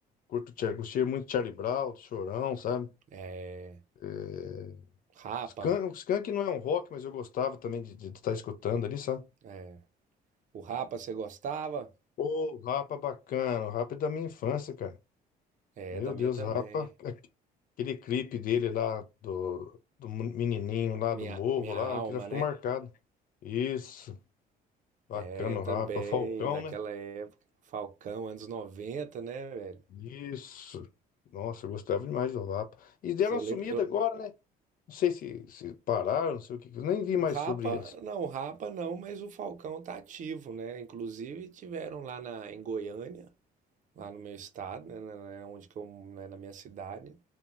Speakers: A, on the left; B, on the right.
A: curto, Char- gostei muito de Charlie Brown, Chorão, sabe?
B: É,
A: É,
B: Rapa,
A: Skank, o Skank não é um rock, mas eu gostava também de estar escutando ali, sabe?
B: é. O Rapa você gostava?
A: Ô, Rapa é bacana, o Rapa é da minha infância, cara.
B: É,
A: Meu
B: da
A: Deus,
B: minha também.
A: o Rapa. aque- Aquele clipe dele lá, do, do menininho lá
B: Minha,
A: do morro
B: minha
A: lá,
B: alma,
A: que já ficou
B: né?
A: marcado. Isso, bacana
B: É, Eu
A: o
B: também,
A: Rapa. Falcão,
B: daquela
A: né?
B: época. Falcão, anos 90 né, velho?
A: Isso. Nossa, eu gostava demais do Rapa. E deram
B: Eu
A: uma sumida
B: lembro, eu-
A: agora, né? Não sei se, se pararam, não sei o que. que- Eu nem vi
B: o
A: mais
B: Rapa,
A: sobre eles.
B: não, o Rapa não, mas o Falcão tá ativo, né? Inclusive tiveram lá na, em Goiânia, lá no meu estado, né, na- na- onde que eu, né, na minha cidade.